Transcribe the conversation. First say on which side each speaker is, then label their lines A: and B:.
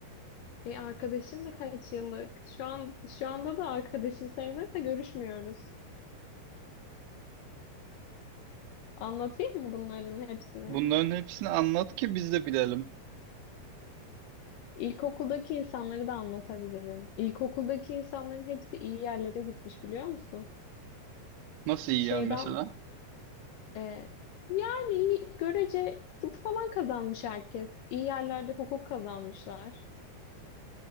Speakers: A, on the left (about 75°); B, on the right (about 90°).
A: E, arkadaşım da kaç yıllık. Şu an şu anda da arkadaşım sayılır da görüşmüyoruz. Anlatayım mı bunların hepsini?
B: Bunların hepsini anlat ki biz de bilelim.
A: İlkokuldaki insanları da anlatabilirim. İlkokuldaki insanların hepsi iyi yerlere gitmiş biliyor musun?
B: Nasıl yiyor
A: Şeyden
B: mesela?
A: e, yani iyi- görece tıp falan kazanmış herkes. İyi yerlerde hukuk kazanmışlar.